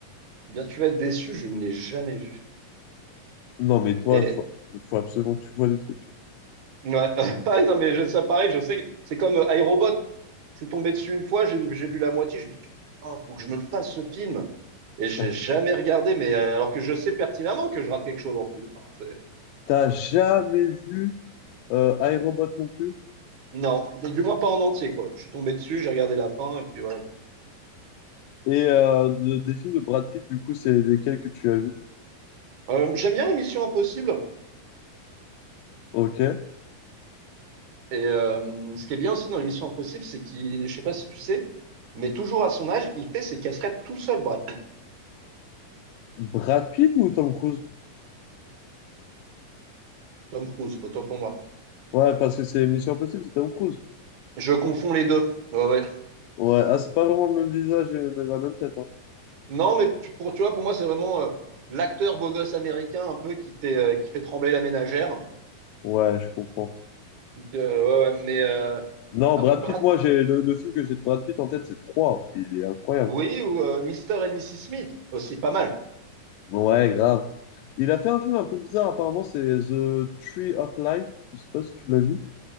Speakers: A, on the right; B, on the left.
A: Eh bien, tu vas être déçu, je ne l'ai jamais vu.
B: Non, mais toi,
A: Mais
B: faut, faut absolument que tu vois des trucs.
A: Ouais. <laughs> Ouais, non, mais je- ça, pareil, je sais que c'est comme euh, iRobot. Je suis tombé dessus une fois, j'ai j'ai vu la moitié, je me suis dit, oh, faut que je me le fasse ce film. Et j'ai
B: <laughs>
A: jamais regardé, mais euh, alors que je sais pertinemment que je rate quelque chose en plus. Enfin, c'est-
B: T'as jamais vu euh, I, Robot non plus?
A: non, du moins pas en entier, quoi. Je suis tombé dessus, j'ai regardé la fin, et puis voilà.
B: Et euh, de- des films de Brad Pitt, du coup, c'est lesquels que tu as vus?
A: Euh, j'aime bien l'émission Impossible.
B: Ok.
A: Et euh, ce qui est bien aussi dans l'émission Impossible, c'est qu'il, je sais pas si tu sais, mais toujours à son âge, il fait ses cascades tout seul, Brad Pitt.
B: Brad Pitt ou Tom Cruise?
A: Tom Cruise, autant pour moi.
B: Ouais, parce que c'est Mission Impossible, c'est Tom Cruise.
A: Je confonds les deux. Ouais, ouais.
B: Ouais, ah, c'est pas vraiment le même visage et la même tête, hein.
A: Non, mais tu- pour, tu vois, pour moi, c'est vraiment euh, l'acteur beau gosse américain un peu qui fait, euh, qui fait trembler la ménagère.
B: Ouais, je comprends.
A: Donc, euh, ouais, ouais, mais euh,
B: Non,
A: ah
B: Brad
A: oui, Brad,
B: Pitt, moi, j'ai le, le film que j'ai de Brad Pitt en tête, c'est trois Il est incroyable.
A: oui, ou euh, Mr. and Mrs. Smith aussi, pas mal.
B: Ouais, grave. Il a fait un film un peu bizarre, apparemment, c'est The Tree of Life. Je sais pas si tu l'as vu.